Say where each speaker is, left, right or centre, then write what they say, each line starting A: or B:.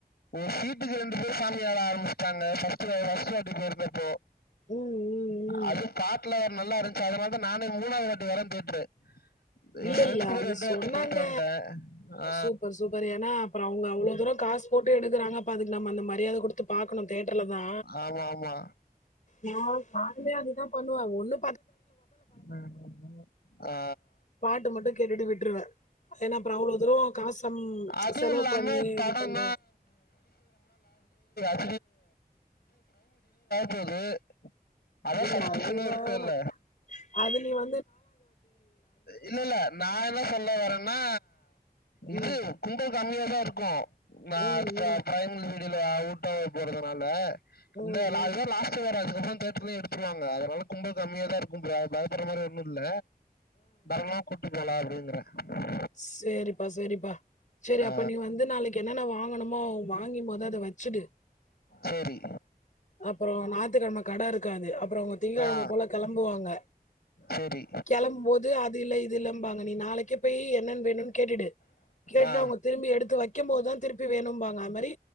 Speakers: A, on the left; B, on the left.
A: ஒரு சீட்டுக்கு ரெண்டு பேர் சாமி ஆட ஆரம்பிச் ட்டாங்க ஃபஸ்ட் ஃபஸ்ட் வாட்டி போயிருந்தப்போ
B: ம், ம், ம்.
A: அது காட்டுல நல்லாரு சோ அதனாலதா நானே மூணாது வாட்டி வரே தேட்டரு
B: இல்லெல்ல
A: என் ஃப்ரெண்ட்ஸ் கூட
B: அது
A: ரெண்டு வாட்டி
B: சொன்னாங்க
A: போயிட்டு வந்துட்டேன் ஆ
B: சூப்பர் சூப்பர் ஏனா அப்பறொ அவுங்க அவ்ளோ தூரொ காஸ் போட்டு எடுகுறாங்க அப்ப அதுக் நம்ம அந்த மரியாத குடுத்து பாக் குனு தேட்டர்ல தா
A: ஆமா ஆமா
B: நா நானுமே அதுதா பண்ணுவ ஒன்னு
A: ம் ம் ஆ
B: பாட்டு மட்டு கேட்டுட்டு விட்ருவ ஏனா அப்பறொ அவ்ளோ தூரொ காசம்
A: அதுவும்
B: செலவு
A: இல்லாம
B: பண்ணி
A: படம்
B: இது பண்றொ
A: <unintelligible> ஆ போது அதா
B: இல்ல
A: ஃபஸ்டிஷனு
B: அது வேணாம்.
A: இருக்குல்ல
B: அது நீ வ
A: இல்லெல்ல நா என்ன சொல்ல வரென்னா இது
B: ம்.
A: கும்ப கம்மியாதாருக்கு நா
B: ம்.
A: ப
B: ம்.
A: ப்ரைமில் டில ஊட்டோவா போறதுனால
B: ம்.
A: இந்த லா
B: ம்.
A: இதோட லாஸ்ட்டு வேற அது அதுக்கப்ற தேட்டர்லே எடுத்துருவாங்க அதனால கும்பல் கம்மியாதாருக்கும்போ பயப்புடற மாரி ஒன்னும் முல்ல தாரளமா கூட்டு போலா அப்டினு அ
B: சேரிப் பா சேரிப்பா சேரி
A: ஆ
B: அப்ப நீ வந்து நாளைக்கு என்னன்ன வாங் ங்கணுமோ வாங்கி மொத அத வச்சுடு
A: சரி
B: அப்பறோ நாய்த்துக்கெழம கட இருக்காது அப்புறோ அவுங்க திங்ககெழம
A: ஆ
B: போல கெளம்புவாங்க
A: சரி
B: கெளம்பும் போது அது இல்ல இது இல்லம்பாங்க நீ நாளைக்கே போய் என்னன் வேணுன் கேட்டுடு கேட்டுட்டு
A: ஆ
B: அவுங்க திரும்பி எடுத்து வக் கிம்போதா திருப் பி வேணும்பாங்க அம்மாரி